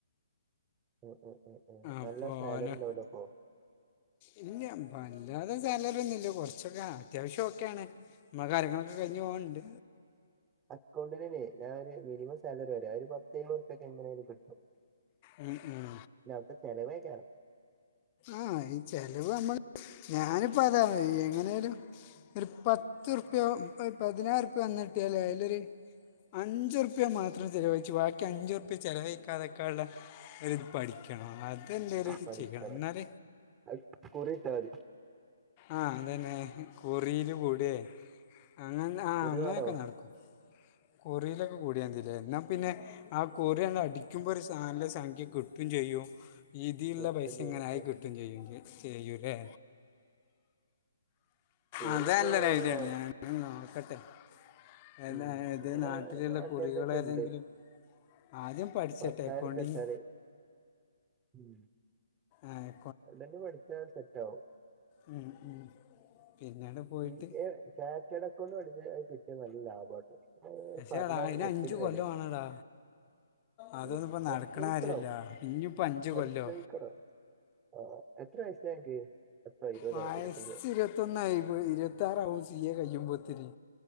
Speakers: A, on the right; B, on the left.
A: ഉം ഉം ഉം ഉം നല്ല
B: അപ്പോൾ
A: സാലറിണ്ടാവല്ലോ
B: ഓന്
A: പ്പോ.
B: ഇല്ല വല്ലാതെ സാലറിന്നുല്ല കൊർച്ചൊക്കെ അത്യാവശ്യം ഒക്കെയാണ്. മ്മളെ കാര്യങ്ങളൊക്കെ കഴിഞ്ഞ് പോണ്ട്.
A: അക്കൗണ്ടിലേനി ഞാനൊരു മിനിമം സാലറി പറ്യാ ഒരു പത്തയ്മ്പുർപ്പ്യൊക്കെ എങ്ങനായാലും കിട്ടും.
B: ഉം ഉം.
A: ല്ല അവിട്ത്തെ ചെലവേയ്ക്കാരം.
B: ആഹ് ഈ ചെലവ് മ്മള് ഞാനിപ്പതാ എങ്ങനെലും. ഒരു പത്തുർപ്യോ ഒരു പതിനായിരുർപ്യ വന്ന്ട്ട്യാലായി അയ്ലൊര്. അഞ്ചുർപ്യ മാത്രം ചെലവഴിച്ചു ബാക്കി അഞ്ചുർപ്യ ച ചെലവയിക്കാതെക്കാള്ളെ. ഒരിത് പഠിക്കണം അതെന്തേലും.
A: പഠിക്കണം
B: ചെയ്യണം എന്നാൽ
A: അത് കുറിട്ടാതി.
B: ആഹ് അതെന്നെ കുറീല് കൂടെ അങ്ങന ആ
A: കുറി
B: അങ്ങനൊക്കെ
A: വേണോ
B: നട്ക്കും. കുറീലൊക്കെ കൂട്യാതിലെ ന്നാ പിന്നെ. ആ കുറ്യണ്ട് അടിക്കുമ്പോ ഒരു സാ നല്ല സംഖ്യ കിട്ടും ചെയ്യും. ഇതീള്ള
A: കിട്ടും
B: പൈസങ്ങനായി
A: ചെയ്യും. ആ,
B: കിട്ടും ചെയ്യും ചെയ്യൂലേ.
A: കുറി
B: അതല്ലൊരു
A: ഇപ്പോ
B: ഐഡ്യേണ് ഞാനൊന്ന് നോക്കട്ടെ. ഏന്നെ
A: ഉം
B: ഏത്
A: ഇവിടെ
B: നാട്ടിലുള്ള
A: നാട്ടുകാരുടെക്കെ
B: കുറികളെതെങ്കിലും.
A: ഉണ്ട്
B: ആദ്യം പഠ്ച്ചട്ടേ
A: പത്തായിരറുപ്യ
B: എക്കൗണ്ടിങ്ങ്.
A: ഇട്ടാല് ഉം.
B: ആഹ്
A: അതിലണ്ട് പഠിച്ചാ സെറ്റാവും
B: മ് മ് പിന്നീട് പോയിട്ട്
A: സി എ ചാറ്റേഡ് അക്കൗണ്ട് പഠിച്ച അത് കിട്ടിയാ നല്ല ലാഭാട്ടോ അത്
B: പക്ഷേ
A: പറഞ്ഞാൽ
B: എടാ അതിന്
A: ഒപ്പിന്
B: അഞ്ച്
A: വെലെ
B: കൊല്ലം വേണടാ അതൊന്നും
A: രും
B: ഇപ്പം നടക്കണ
A: പരിശ്രമിക്കണം
B: കാര്യമില്ല ഇനിയിപ്പോൾ അഞ്ച്
A: പരിശ്രമിക്കണം
B: കൊല്ലോ
A: ആഹ് ആഹ് എത്ര വയസായി അനക്ക് പത്തോ ഇരുപതോ
B: വയസ്സ്
A: ഇരുബത്തഞ്ചോ
B: <unintelligible> ഇരുപത്താറാവും സി എ കയ്യുമ്പോത്തിന്